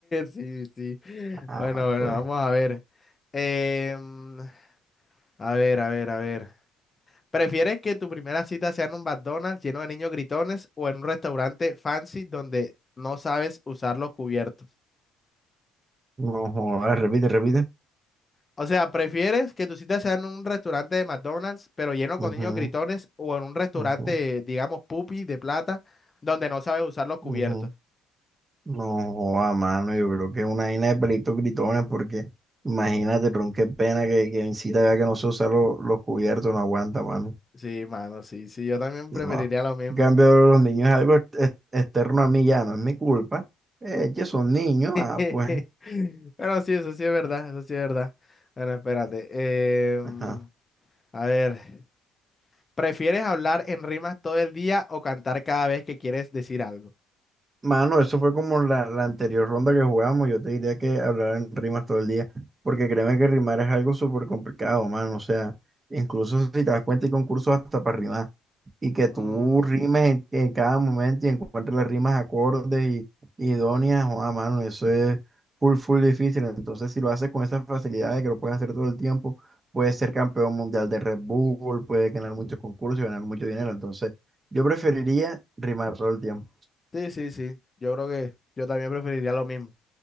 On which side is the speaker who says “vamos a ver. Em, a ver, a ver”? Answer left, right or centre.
Left